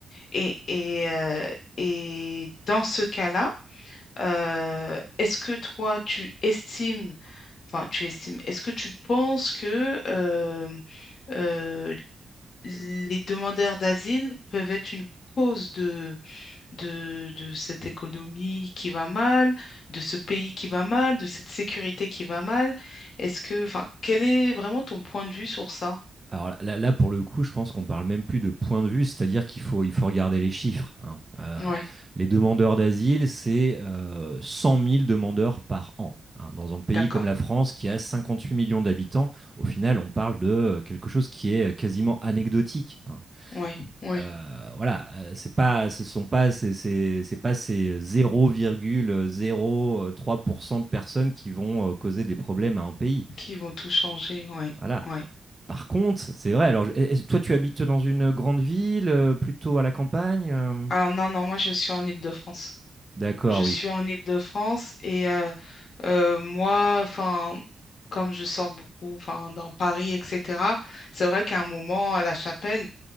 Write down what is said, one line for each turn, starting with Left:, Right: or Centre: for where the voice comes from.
Left: Et, et, euh, et dans ce cas-là, euh, est-ce que toi, tu estimes, enfin, tu estimes, est-ce que tu penses que euh, euh, les demandeurs d'asile peuvent être une cause de, de, de cette économie qui va mal, de ce pays qui va mal, de cette sécurité qui va mal? Est-ce que, enfin, quel est vraiment ton point de vue sur ça?
Right: Alors là, là, pour le coup, je pense qu'on parle même plus de point de vue, c'est-à-dire qu'il faut, il faut regarder les chiffres, hein. Euh,
Left: Oui,
Right: les demandeurs d'asile, c'est euh, 100 000 demandeurs par an. hein. Dans un pays
Left: d'accord.
Right: comme la France, qui a 58 millions d'habitants, au final, on parle de euh, quelque chose qui est euh, quasiment anecdotique. hein.
Left: Oui, oui,
Right: Euh, voilà, euh, c'est pas, ce sont pas, ces- ces- c'est pas ces zéro zéro virgule zéro trois pour cent de personnes qui vont euh, causer des problèmes à un pays.
Left: qui vont tout changer, oui,
Right: Voilà,
Left: oui.
Right: par contre, c'est vrai. Alors, est-ce- toi, tu habites dans une grande ville, euh, plutôt à la campagne? euh
Left: Alors non, non, moi je suis en Île-de-France.
Right: D'accord,
Left: Je
Right: oui.
Left: suis en Île-de-France et euh, euh, moi, enfin, comme je sors beaucoup, enfin, dans Paris, etc., c'est vrai qu'à un moment, à La Chapelle,